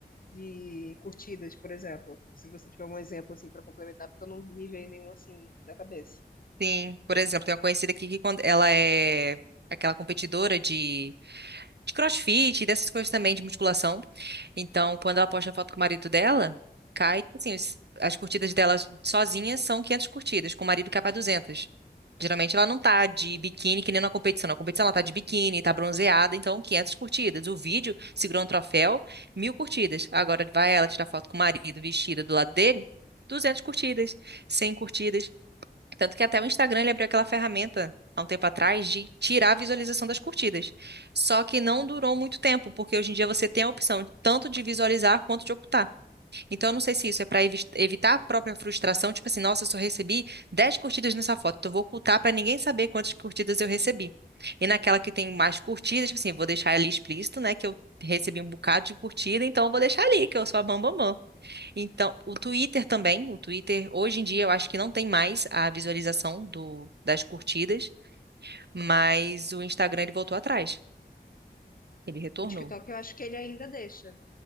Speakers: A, on the left (about 55°); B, on the right (about 75°).
A: de curtidas, por exemplo. Se você tiver um exemplo assim para complementar, porque eu não me veio nenhum assim na cabeça.
B: Sim. Por exemplo, tem uma conhecida aqui que quando ela é aquela competidora de de crossfit, e dessas coisas também, de musculação. Então, quando ela posta a foto com o marido dela, cai, assim, os- as curtidas dela sozinha são 500 curtidas, com o marido cai para duzentas Geralmente ela não tá de biquíni, que nem na competição. Na competição ela tá de biquíni, tá bronzeada, então 500 curtidas. O vídeo segurou um troféu, mil curtidas. Agora vai ela tirar foto com o marido vestida do lado dele, 200 curtidas, 100 curtidas. Tanto que até o Instagram ele abriu aquela ferramenta há um tempo atrás de tirar a visualização das curtidas. Só que não durou muito tempo, porque hoje em dia você tem a opção tanto de visualizar quanto de ocultar. Então, eu não sei se isso é para evitar a própria frustração, tipo assim, nossa, eu só recebi 10 curtidas nessa foto, então eu vou ocultar para ninguém saber quantas curtidas eu recebi. E naquela que tem mais curtidas, tipo assim, vou deixar ali explícito, né, que eu recebi um bocado de curtida, então eu vou deixar ali, que eu sou a bambambam. Então, o Twitter também, o Twitter, hoje em dia eu acho que não tem mais a visualização do, das curtidas, mas o Instagram ele voltou atrás, ele retornou,
A: O TikTok, eu acho que ele ainda deixa